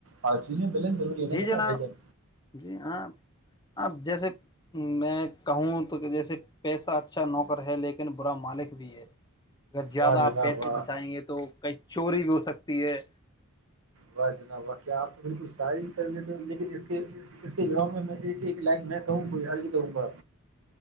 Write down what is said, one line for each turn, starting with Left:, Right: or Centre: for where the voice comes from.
Right: اور چیز میں بیلنس ضروری ہے
Left: جی
Right: نا
Left: جناب
Right: بھا ئ جان
Left: جی ہاں آپ جیسے <unintelligible> میں کہوں تو کہ جیسے پیسہ اچھا نوکر ہے لیکن برا مالک بھی ہے اگر زیادہ
Right: واہ
Left: آپ
Right: جناب
Left: پیسے
Right: واہ
Left: بچائیں گے تو کئی چوری بھی ہو سکتی ہے
Right: واہ جناب واہ کیا آپ تو بالکل شاعری کر لیتے ان کے جیسے اس کے جواب میں ایک ایک لائن میں کہوں کوئ عرض کروں گا